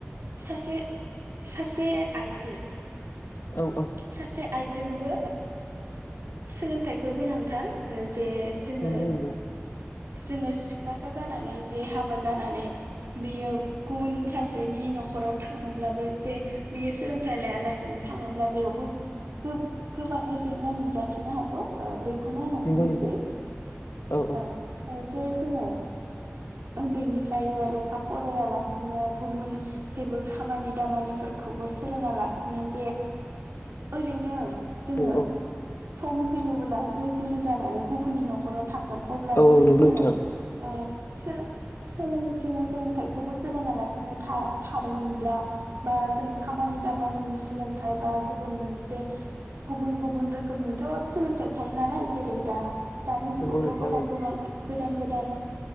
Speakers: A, on the right; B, on the left.
A: सासे सासे आइजो
B: औ औ
A: सासे आइजोनोबो सोलोंथाइखौ गोनांथार जे जोङो
B: नंगौ नंगौ
A: जोङो सिख्लासा जानानै जे हाबा जानानै बियो गुबुन सासेनि न'खराव थाङोब्लाबो जे बेयो सोलोंथाइ लायालासिनो थाङोब्ला बेयाव बो गोब गोबाङै जेंना नुजाथिनो हागौ बेखौनो आङो
B: नंगौ
A: बुंनोसै
B: नंगौ औ औ
A: ओ एसे जोङो उन्दैनिफ्राय लेखा फरायालासिनो गुबुन जेबो खामानि दामानिफोरखौबो सोलोङालासिनो जे ओरैनो जोङो
B: औ औ
A: सम फैयोबोला जे जुलि जानानै गुबुननि न'खराव थांगोन अब्ला
B: औ
A: जि
B: नंगौ
A: जोङो
B: नोंथां
A: ओ सोलो सोलों जोङो सोलोंथाइखौबो सोलोङालासिनो था-थादोंमोनब्ला बा जोङो खामानि दामानिनि सोलोंथाइ बा गुबुन मोनसे गुबुन गुबुन रोखोमनिथ' सोलोंथाइ थायो नालाय जेरै दा दानि जुगावथ'
B: नंगौ नोंथां
A: गोबां
B: औ
A: गोबां गोदान गोदान